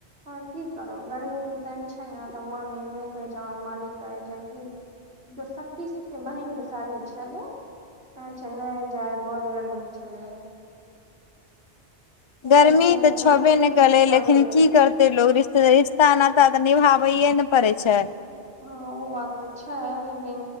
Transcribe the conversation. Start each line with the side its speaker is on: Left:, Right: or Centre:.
Right: आ की करब गर्मी त छै ने मन ई नय कहै छै हम मालिक कहै छै की सतीश के बहिनक के शादी छलै कहै छै नय जाएत बड गरमी छलै तें
Left: गर्मी
Right: से हमे
Left: तऽ छबे
Right: नहि ओते
Left: नय कलै
Right: जिद करले
Left: लेकिन की कर लोकोग रिश्ते रिश्ता नाता तऽ निभाबैए ने पड़ै छै
Right: हँ ओ बात तऽ छै लेकिन